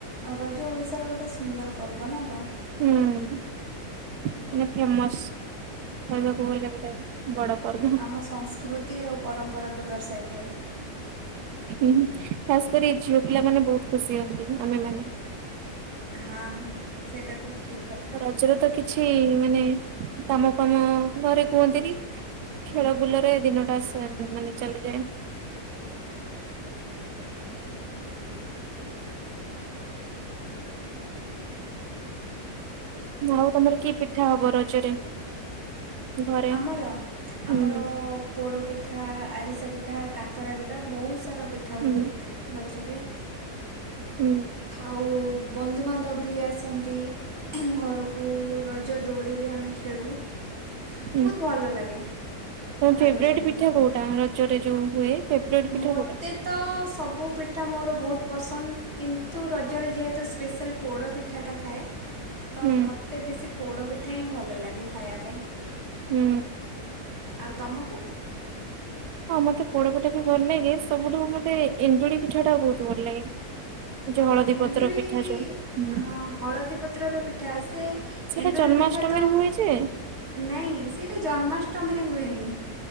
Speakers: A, on the right (about 45°); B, on the right (about 85°).
A: ରଜ ଓଡ଼ିଶାର ଗୋଟେ ସୁନ୍ଦର ପର୍ବ ନା କଣ।
B: ହୁଁ ମାନେ ଫେମସ୍। ଖହିବାକୁ ଗଲେ ଗୋଟେ ବଡ ପର୍ବ।
A: ଆମ ସଂସ୍କୃତି ଆଉ ପରମ୍ପରାକୁ ଦର୍ଶାଇଥାଏ।
B: ହୁଁ ଖାସ କରି ଝିଅ ପିଲା ମାନେ ବହୁତ୍ ଖୁସି ହୁଅନ୍ତି ଆମେମାନେ।
A: ହଁ ହଁ ସେଇଟା ତ ଠିକ୍ କଥା।
B: ରଜରେ ତ କିଛି ମାନେ କାମ ଫାମ ଘରେ କୁହନ୍ତିନି। ଖେଳ ବୁଲରେ ଦିନଟା ସା ମାନେ ଚାଲିଯାଏ। ଆଉ ତମର କି ପିଠା ହବ ରଜରେ। ଘରେ
A: ଆମର
B: ହୁଁ।
A: ଆମର ପୋଡ଼ପିଠା ଆରିସା ପିଠା କାକରା ପିଠା ବହୁତ୍ ସାରା ପିଠା
B: ହୁଁ
A: ହୁଏ। ରଜରେ
B: ହୁଁ
A: ଆଉ ବନ୍ଧୁବାନ୍ଧବ ବି ଆସନ୍ତି ଘରକୁ ରଜ ଦୋଳି ବି ଆମେ ଖେଳୁ।
B: ହୁଁ
A: ବହୁତ୍ ଭଲ ଲାଗେ।
B: ତମ
A: ରଜ
B: ଫେବରାଇଟ୍
A: ଟାଇମ୍ରେ
B: ପିଠା କୋଉଟା ରଜରେ ଯୋଉ ହୁଏ ଫେବରାଇଟି ପିଠା
A: ମୋତେ
B: କୋଉଟା?
A: ତ ସବୁ ପିଠା ମୋର ବହୁତ୍ ପସନ୍ଦ କିନ୍ତୁ ରଜରେ ଯେହେତୁ ସ୍ପେଶାଲ୍ ପୋଡ଼ପିଠାଟା ଥାଏ ତ
B: ହୁଁ
A: ମୋତେ ବେଶୀ ପୋଡ଼ପିଠା ହିଁ ଭଲ ଲାଗେ ଖାଇବା ପାଇଁ।
B: ହୁଁ।
A: ଆଉ ତମକୁ?
B: ହଁ ମତେ ପୋଡପିଠା ବି ଭଲ ଲାଗେ ସବୁଠୁ ମତେ ଏଣ୍ଡୁରି ପିଠା ଟା ବହୁତ ଭଲ ଲାଗେ। ଯୋଉ
A: ହଁ
B: ହଳଦୀ
A: ଏଣ୍ଡୁରି
B: ପତ୍ର ପିଠା ଯୋଉ ହୁଁ
A: ହଁ ହଳଦୀ ପତ୍ରର ପିଠା ସେ
B: ସେଇଟା
A: ଏଣ୍ଡୁରି
B: ଜନ୍ମାଷ୍ଟମୀ
A: ପିଠା ତ
B: ରେ ହୁଏ ଯେ
A: ନାଇଁ ସେଇଟା ଜନ୍ମାଷ୍ଟମୀରେ ହୁଏନି